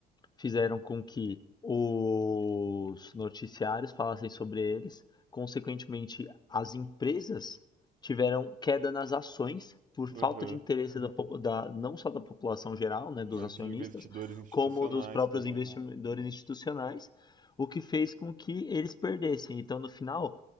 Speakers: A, on the left; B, on the right.
A: fizeram com que os noticiários falassem sobre eles. Consequentemente, as empresas tiveram queda nas ações por falta
B: Aham.
A: de interesse da, da- não só da população geral, né, dos
B: Mas
A: acionistas,
B: de investidores institucionais
A: como dos próprios
B: também.
A: investidores institucionais, o que fez com que eles perdessem. Então, no final,